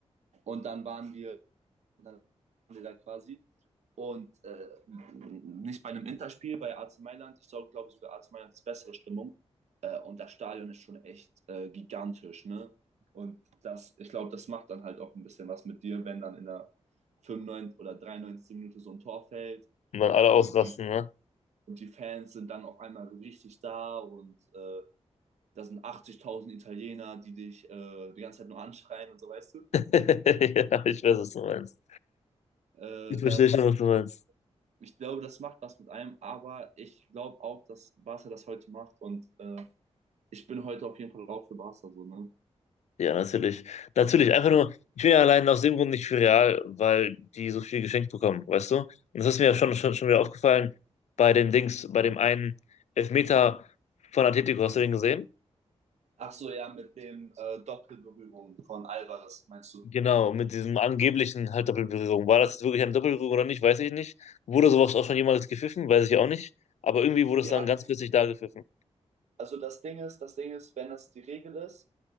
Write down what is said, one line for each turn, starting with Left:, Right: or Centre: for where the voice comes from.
Right: Und dann waren wir, dann waren wir da quasi. Und äh, nicht bei einem Interspiel, bei AC Mailand. Ich glaube sogar, AC Mailand ist bessere Stimmung. Äh, und das Stadion ist schon echt äh, gigantisch, ne? Und das, ich glaube, das macht dann halt auch ein bisschen was mit dir, wenn dann in der 95 oder 93. Minute so ein Tor fällt
Left: Und dann alle
Right: Und,
Left: ausrasten, ne?
Right: und die Fans sind dann auf einmal so richtig da und äh, da sind 80.000 Italiener, die dich äh, die ganze Zeit nur anschreien und so, weißt du.
Left: <laughs> Ja, ich weiß, was du meinst.
Right: Äh,
Left: Ich verstehe
Right: das,
Left: schon, was du meinst.
Right: ich glaube, das macht was mit einem, aber ich glaube auch, dass Barca das heute macht und äh, ich bin heute auf jeden Fall auch für Barca so, ne?
Left: Ja, natürlich. Natürlich, einfach nur, ich bin ja allein aus dem Grund nicht für Real, weil die so viel geschenkt bekommen, weißt du? Und das ist mir ja schon, schon, schon wieder aufgefallen bei dem Dings, bei dem einen Elfmeter von Atletico, hast du den gesehen?
Right: Ach so, ja, mit dem äh, Doppelberührung von Alvarez, meinst du?
Left: Genau, mit diesem angeblichen halt Doppelberührung. War das jetzt wirklich eine Doppelberührung oder nicht, weiß ich nicht. Wurde sowas auch schon jemals gepfiffen, weiß ich auch nicht. Aber irgendwie wurde
Right: Ja,
Left: es dann ganz plötzlich da gepfiffen.
Right: Also das Ding ist, das Ding ist, wenn das die Regel ist